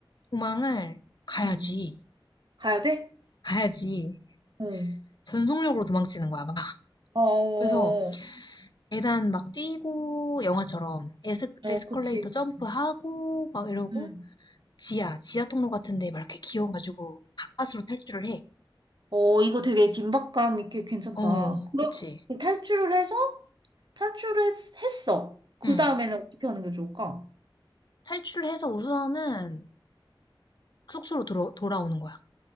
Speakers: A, on the left (about 55°); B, on the right (about 55°).
A: 도망을 가야지.
B: 응. 가야 돼?
A: 가야지.
B: 어.
A: 전속력으로 도망치는 거야, 막.
B: 어, 어,
A: 그래서,
B: 어,
A: 계단 막 뛰고 영화처럼 에스,
B: 어,
A: 에스컬레이터
B: 그치, 그치.
A: 점프하고 막 이러고
B: 응.
A: 지하, 지하 통로 같은 데 막 이렇게 기어가지고 가까스로 탈출을 해.
B: 어, 이거 되게 긴박감 있게 괜찮다.
A: 어,
B: 그럼
A: 그치.
B: 탈출을 해서 탈출을 했, 했어. 그
A: 응.
B: 다음에는 어떻게 하는 게 좋을까?
A: 탈출을 해서 우선은 숙소로 돌아, 돌아오는 거야.